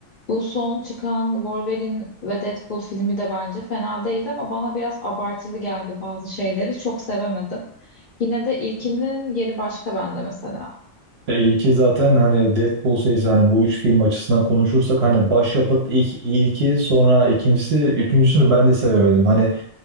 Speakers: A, on the left; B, on the right.
A: Bu son çıkan Wolverine ve Deadpool filmi de bence fena değildi ama bana biraz abartılı geldi bazı şeyleri. Çok sevemedim. Yine de ilkinin yeri başka bende mesela.
B: Ya iyi ki zaten hani Deadpool serisi hani bu üç film açısından konuşursak hani başyapıt ilk ilki sonra ikincisi üçüncüsünü ben de sevemedim. Hani